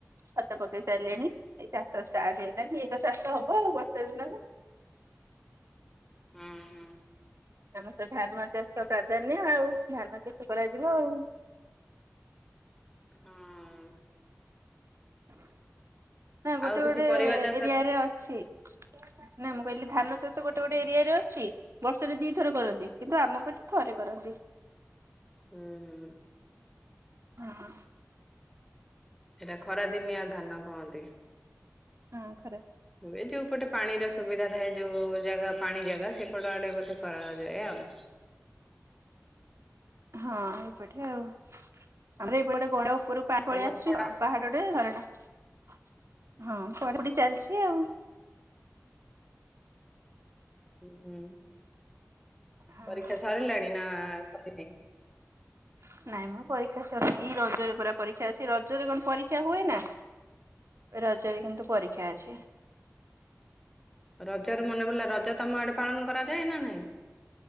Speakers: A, on the right; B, in the centre.
A: ଖତ ପକେଇ ସାରିଲେଣି। ଚାଷ ଷ୍ଟାର୍ଟ ହେଲାଣି ଏଇତ ଠିକ ଚାଷ ହବ ଆଉ ବର୍ଷା ଦିନରେ।
B: ହୁଁ ହୁଁ।
A: ଆମର ତ ଧାନ ଚାଷ ପ୍ରାଧାନ୍ୟ ଆଉ। ଧାନ ଚାଷ କରାଯିବ ଆଉ।
B: ହୁଁ।
A: ନା ଗୋଟେ
B: ଆଉ କିଛି
A: ଗୋଟେ
B: ପରିବା ଚାଷ
A: ଏରିଆରେ ଅଛି। ନା ମୁଁ କହିଲି ଧାନ ଚାଷ ଗୋଟେ ଗୋଟେ ଏରିଆରେ ଅଛି। ବର୍ଷରେ ଦି ଥର କରନ୍ତି। କିନ୍ତୁ ଆମ ପଟେ ଥରେ କରନ୍ତି।
B: ହୁଁ ହୁଁ।
A: ଓ ହଁ।
B: ସେଟା ଖରାଦିନିଆ ଧାନ କହନ୍ତି।
A: ହଁ ଖରା
B: ହୁଏ। ଯୋଉପଟେ ପାଣିର ସୁବିଧା ଥାଏ। ଯୋଉ ଜାଗା ପାଣି ଜାଗା। ସେପଟ ଆଡେ ବୋଧେ କରାଯାଏ ଆଉ।
A: ହଁ ଏପଟେରେ ଆଉ ଆମର ଏପଟେ ଗଣ୍ଡା <unintelligible> ଉପରୁ ପାଣି ପଳେଇ
B: ତମର
A: ଆସୁଚି
B: ପଢା
A: ତ। ପାହାଡଟେ ଝରଣା ହଁ। ପଢାପଢି ଚାଲିଚି ଆଉ।
B: ହୁଁ
A: ହଁ
B: ପରୀକ୍ଷା ସରିଲାଣି ନା ସରନି?
A: ହଁ ନାଇଁ ମୁଁ ପରୀକ୍ଷା ସେନ ଏଇ ରଜରେ ପୁରା ପରୀକ୍ଷା ଅସି ରଜରେ କଣ ପରୀକ୍ଷା ହୁଏ ନା। ରଜରେ କିନ୍ତୁ ପରୀକ୍ଷା ଅଛି।
B: ରଜ ର ମନେ ପଲା ରଜ ତମ ଆଡେ ପାଳନ କରାଯାଏ ନା ନାହିଁ?